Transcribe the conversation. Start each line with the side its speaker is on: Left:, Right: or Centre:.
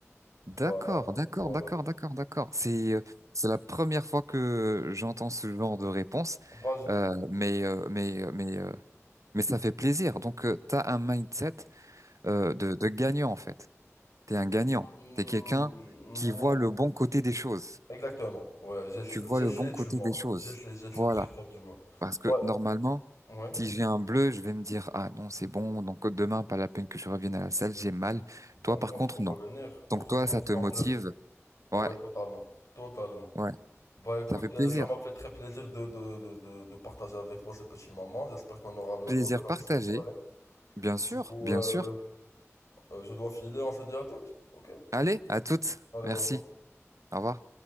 Right: D'accord,
Left: Bah,
Right: d'accord,
Left: voilà.
Right: d'accord, d'accord, d'accord. C'est euh, c'est la première fois que j'entends ce genre de réponse,
Left: Bah, je-
Right: Euh, mais euh, mais euh, mais euh, mais ça fait plaisir. Donc euh, t'as un mindset euh, de de gagnant en fait. T'es un gagnant.
Left: Hmm,
Right: T'es quelqu'un qui voit le bon côté des choses.
Left: exactement. Ouais, j'essaie,
Right: Tu vois
Left: j'essaie
Right: le bon
Left: du
Right: côté
Left: moins.
Right: des choses.
Left: J'essaie, j'essaie
Right: Voilà.
Left: très fort du moins.
Right: Parce que
Left: Bah,
Right: normalement,
Left: ouais.
Right: si j'ai un bleu, je vais me dire ah non c'est bon. Donc demain pas la peine que je revienne à la salle, j'ai mal.
Left: Bah
Right: Toi
Left: non,
Right: par contre
Left: faut revenir
Right: non. Donc
Left: pour reprendre
Right: toi ça te
Left: ton
Right: motive.
Left: bleu. Ouais,
Right: Ouais.
Left: totalement. Totalement.
Right: Ouais.
Left: Bah écoute,
Right: Ça fait plaisir.
Left: euh, ça m'a fait très plaisir de, de, de, de, de partager avec toi ces petits moments. J'espère qu'on aura le-
Right: Plaisir
Left: l'occasion
Right: partagé.
Left: de se reparler.
Right: Bien sûr,
Left: Du coup,
Right: bien
Left: euh,
Right: sûr.
Left: euh, je dois filer, on se dit à toutes. Ok? Allez,
Right: Allez, à toutes. Merci.
Left: au revoir.
Right: Au revoir.